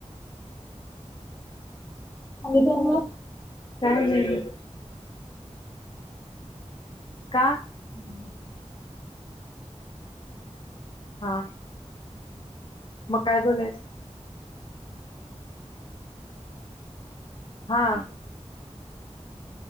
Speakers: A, on the left; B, on the left.
A: आणि काय मग?
B: काय नाही, का?
A: <inaudible>
B: हां. मग काय बोलायचं? हां.